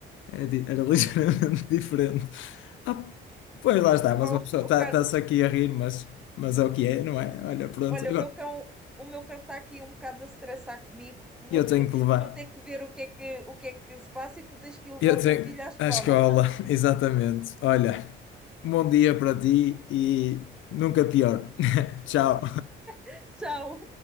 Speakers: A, on the left; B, in the centre.
A: É di- era ligeiramente <laughs> diferente. Ah, pois lá está, mas
B: Ó,
A: uma pessoa
B: ó,
A: está-se
B: Carlos,
A: aqui a rir, mas, mas é o que é, não é? Olha, pronto,
B: olha,
A: agora
B: o meu cão, o meu cão está aqui um bocado a estressar comigo. <laughs> Vou
A: eu
B: ter,
A: tenho que levar.
B: vou ter que ver o que é que, o que é que se passa e tu tens que ir levar
A: Eu
B: o
A: tenho
B: teu filho à escola.
A: à escola, <laughs> exatamente. Olha, um bom dia para ti e nunca pior. <laughs> Tchau.
B: <laughs> Tchau.